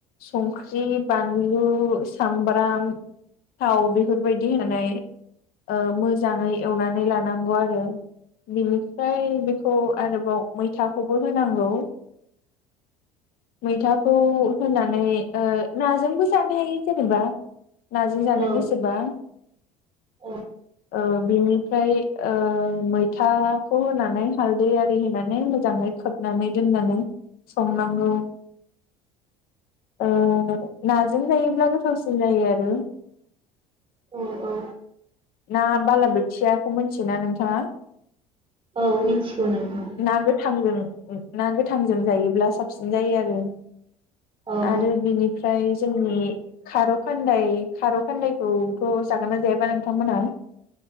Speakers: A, on the left; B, on the right.
A: संख्रि बानलु सामब्राम थाव बेफोरबायदि होनानै ओ मोजाङै एवनानै लानांगौ आरो बिनिफ्राय बेखौ आरोबाव मैथाखौबो होनांगौ। <unintelligible> मैथाखौ होनानै ओ नाजोंबो जानो हायो जेनेबा नाजों जानो
B: औ
A: गोसोबा <unintelligible>
B: औ
A: ओ बिनिफ्राय ओ मैथाखौ होनानै हालदै आरि होनानै मोजाङै खोबनानै दोननानै संनांगौ। ओ नाजोंजायोब्ला गोथावसिन जायो आरो।
B: औ औ।
A: ना बालाबोथियाखौ मिथियोना नोंथाङा?
B: औ मिथिगौ नोंथां।
A: ना गोथांजों ना गोथांजों जायोब्ला साबसिन जायो आरो नोंथां।
B: औ
A: आरो बिनिफ्राय जोंनि खार' खान्दाय खार' खान्दायखौथ' जागोन ना जायाबा नोंथांमोनहा?